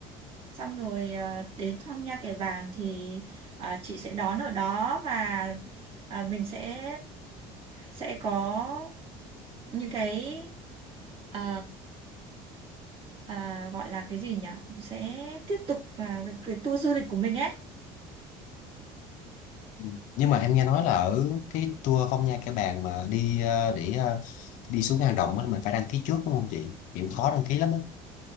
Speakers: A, on the right (about 45°); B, on the left (about 70°).
A: xong rồi ờ, đến thăm Nha Kẻ Bàng thì ờ, chị sẽ đón ở đó và ờ, mình sẽ sẽ có những cái ờ, ờ, gọi là cái gì nhỉ sẽ tiếp tục uh, cái, cái tour du lịch của mình ấy
B: Ừ. nhưng mà em nghe nói là ở cái tour Phong Nha Kẻ Bàng mà đi ờ, để ờ, đi xuống hang động á mình phải đăng ký trước đúng không chị thì cũng khó đăng ký lắm đó